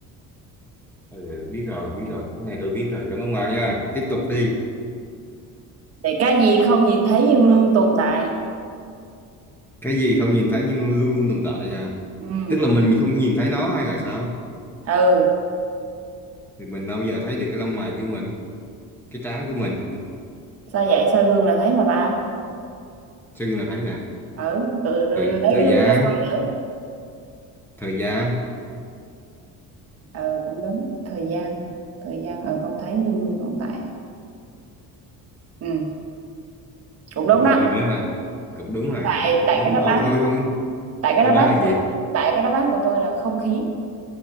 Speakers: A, in the centre; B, on the right.
A: ừ, biết rồi biết rồi cái này tôi biết rồi cảm ơn bà nha tiếp tục đi
B: thì cái gì không nhìn thấy nhưng luôn tồn tại
A: cái gì không nhìn thấy nhưng luôn luôn tồn tại à
B: ừ
A: tức là mình không nhìn thấy nó hay là sao
B: ừ
A: thì mình đâu giờ thấy được cái lông mày của mình cái trán của mình
B: sao vậy soi gương là thấy mà bà
A: sao gương là thấy à
B: ừ tự lấy
A: thời thời
B: cái gương
A: gian
B: ra soi nữa
A: thời gian
B: ừ cũng đúng thời gian thời gian ừ không thấy nhưng luôn tồn tại ha ừ cũng đúng
A: Ủa,
B: đó
A: ừ nữa à cũng đúng à
B: tại
A: Ok,
B: tại
A: đúng
B: cái đáp
A: rồi
B: án
A: thôi không
B: tại cái
A: đáp
B: đáp
A: án
B: án
A: là gì
B: của- tại cái đáp án của tôi là không khí